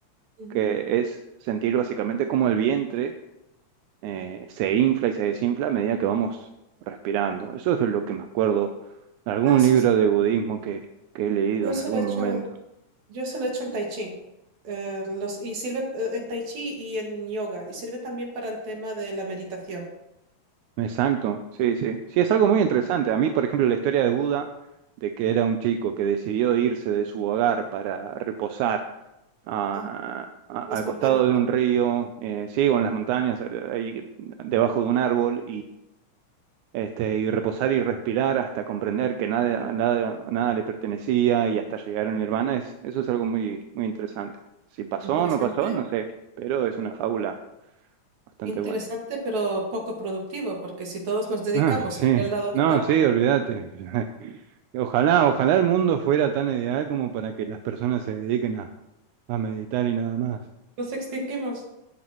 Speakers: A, on the right (about 75°); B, on the right (about 90°).
A: ujú.
B: que es sentir básicamente como el vientre eh, se infla y se desinfla a medida que vamos respirando. Eso es de lo que me acuerdo de algún
A: Ah, sí,
B: libro
A: sí.
B: de budismo que, que he leído
A: Yo
B: en
A: solo
B: algún
A: he hecho,
B: momento.
A: yo solo he hecho el tai chi. Eh, los, y sirve eh, en tai chi y en yoga. Y sirve también para el tema de la meditación.
B: Exacto, sí, sí. Sí, es algo muy interesante. A mí, por ejemplo, la historia de Buda, de que era un chico que decidió irse de su hogar para reposar a-
A: Ajá.
B: a-
A: Las
B: al costado
A: montañas.
B: de un río, eh, sí, o en las montañas, eh, ahí debajo de un árbol, este, y reposar y respirar hasta comprender que nada, nada, nada le pertenecía y hasta llegar al nirvana, es, eso es algo muy, muy interesante. Si pasó
A: Interesante,
B: o no pasó, no sé, pero es una fábula bastante
A: interesante,
B: buena.
A: pero poco productivo, porque si todos nos dedicamos
B: Ah, sí.
A: a ir al lado
B: No,
A: de un árbol,
B: sí, olvídate. <laughs> Ojalá, ojalá el mundo fuera tan ideal como para que las personas se dediquen a, a meditar y nada más.
A: nos extinguimos.